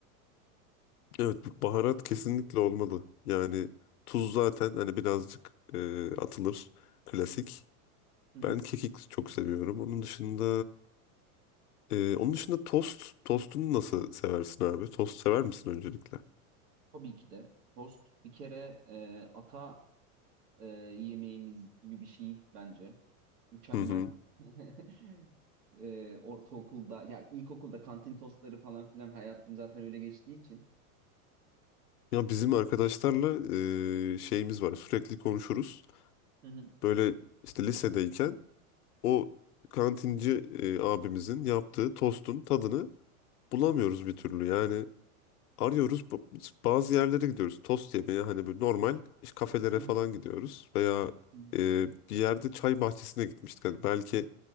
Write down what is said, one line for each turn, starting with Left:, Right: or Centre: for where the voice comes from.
Left: Evet, bu baharat kesinlikle olmalı. Yani tuz zaten hani birazcık e, atılır. Klasik.
Right: Hı hı.
Left: Ben kekik çok seviyorum. Onun dışında e, onun dışında tost. Tostunu nasıl seversin abi? Tost sever misin öncelikle?
Right: Tabii ki de tost bir kere e, ata e, yemeğimiz gibi bir şey bence. Mükemmel.
Left: Hı hı.
Right: <laughs> E, ortaokulda ya ilkokulda kantin tostları falan filan hayatım zaten öyle geçtiği için.
Left: Ya bizim arkadaşlarla e, şeyimiz var. Sürekli konuşuruz.
Right: Hı hı.
Left: Böyle işte lisedeyken o kantinci e, abimizin yaptığı tostun tadını bulamıyoruz bir türlü. Yani arıyoruz. Ba- Bazı yerlere gidiyoruz. Tost yemeye hani böyle normal işte kafelere
Right: Hı
Left: falan gidiyoruz. Veya
Right: hı.
Left: e, bir yerde çay bahçesine gitmiştik. Hani belki